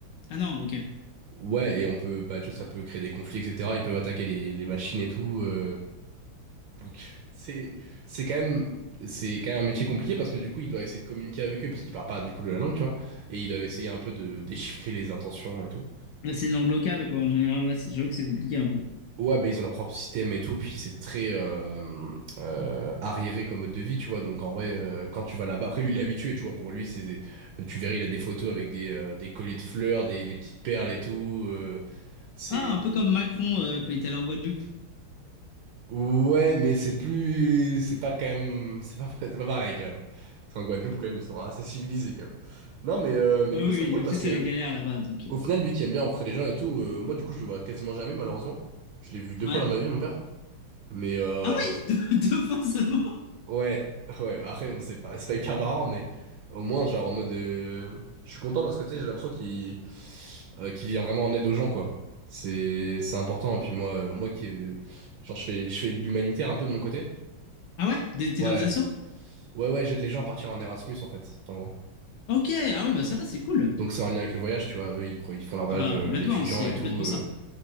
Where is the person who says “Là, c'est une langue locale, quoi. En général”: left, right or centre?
Left